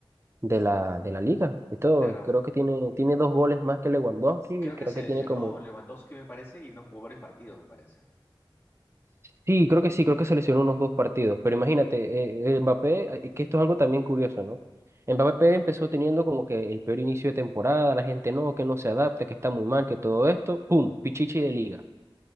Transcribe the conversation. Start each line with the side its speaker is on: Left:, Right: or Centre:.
Right: de la, de la liga y todo.
Left: Claro,
Right: Creo que tiene, tiene dos goles más que Lewandowski,
Left: creo
Right: y creo
Left: que se
Right: que
Left: lesionó
Right: tiene como
Left: Lewandowski, me parece, y no jugó varios partidos, me parece.
Right: Sí, creo que sí, creo que se lesionó unos dos partidos, pero imagínate, eh, el Mbappé, eh, que esto es algo también curioso, ¿no? Mbappé empezó teniendo como que el peor inicio de temporada, la gente no, que no se adapta, que está muy mal, que todo esto, ¡pum!, pichichi de liga.